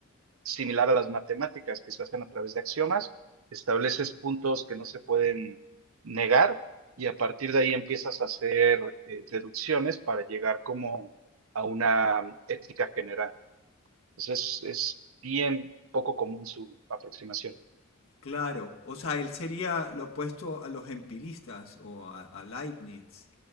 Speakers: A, on the right; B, on the left.
A: similar a las matemáticas que se hacen a través de axiomas, estableces puntos que no se pueden negar y a partir de ahí empiezas a hacer eh, deducciones para llegar como a una ética general. Entonces es, es bien poco común su aproximación.
B: Claro, o sea, él sería lo opuesto a los empiristas o a, a Leibniz,